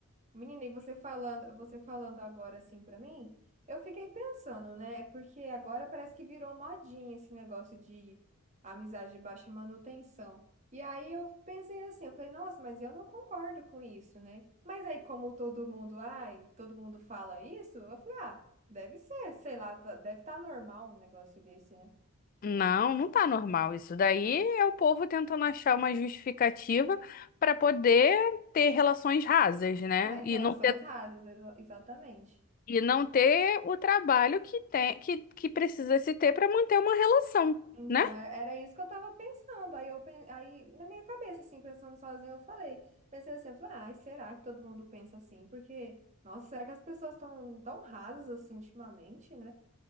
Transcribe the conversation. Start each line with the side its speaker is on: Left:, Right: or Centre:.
Right: Menina, e você falando, você falando agora assim pra mim, eu fiquei pensando, né? Porque agora parece que virou modinha esse negócio de amizade de baixa manutenção. E aí eu pensei assim, eu falei, nossa, mas eu não concordo com isso, né? Mas aí como todo mundo, ai, todo mundo fala isso, eu falei, ah, deve ser, sei lá, tá- deve estar normal um negócio desse, né?
Left: Não, não tá normal. Isso daí é o povo tentando achar uma justificativa para poder ter relações rasas, né?
Right: <laughs>
Left: E
Right: Relações
Left: não ter,
Right: rasas, exa- exatamente.
Left: e não ter o trabalho que tem, que, que precisa se ter para manter uma relação,
Right: Então,
Left: né?
Right: é- era isso que eu tava pensando. Aí, eu, pen- aí na minha cabeça, assim, pensando sozinha, eu falei, pensei assim, eu falei, ai, será que todo mundo pensa assim? Porque, nossa, será que as pessoas estão tão tão rasas assim ultimamente, né?